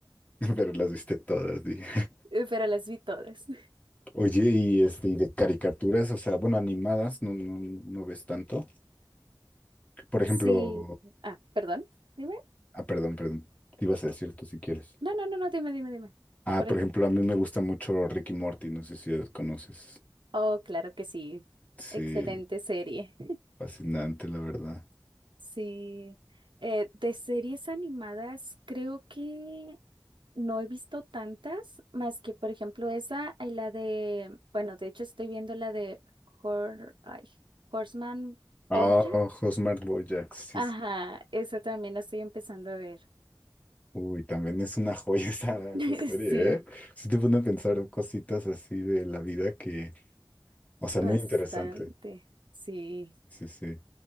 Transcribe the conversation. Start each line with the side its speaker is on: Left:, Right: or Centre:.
Left: <laughs> Pero las viste todas, dije.
Right: Eh, Pero las vi todas. <laughs>
Left: Oye, y este, y de caricaturas, o sea, bueno, animadas, no, no, no ves tanto. Por ejemplo,
Right: Sí. Ah, perdón. Dime.
Left: ah, perdón, perdón. Te ibas a decir tú si quieres.
Right: No, no, no, no, dime, dime, dime.
Left: Ah,
Right: Por
Left: por
Right: ejemplo.
Left: ejemplo, a mí me gusta mucho Ricky Morty, no sé si los conoces.
Right: Oh, claro que sí.
Left: Sí,
Right: Excelente serie. <laughs>
Left: fascinante, la verdad.
Right: Sí. Eh, de series animadas, creo que no he visto tantas, más que, por ejemplo, esa y la de, bueno, de hecho estoy viendo la de Hor- ay, Horseman
Left: Ah,
Right: Bojack.
Left: Housemarque Bojack, sí,
Right: Ajá,
Left: sí.
Right: esa también la estoy empezando a ver.
Left: Uy, también es una <laughs> joya esa,
Right: <laughs>
Left: esa serie,
Right: Sí,
Left: ¿eh? Sí te pone a pensar cositas así de la vida que, o sea,
Right: bastante.
Left: muy interesante.
Right: Sí.
Left: Sí, sí.